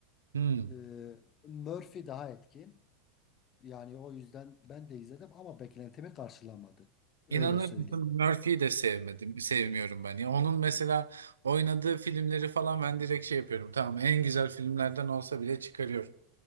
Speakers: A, on the right (about 90°); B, on the left (about 40°).
A: Hmm.
B: Ee, Murphy daha etkin. Yani o yüzden ben de izledim ama beklentimi karşılamadı. Öyle
A: İnanır
B: söyleyeyim.
A: mısın Murphy'yi de sevmedim, sevmiyorum ben. Ya onun mesela oynadığı filmleri falan ben direkt şey yapıyorum. Tamam en güzel filmlerden olsa bile çıkarıyorum.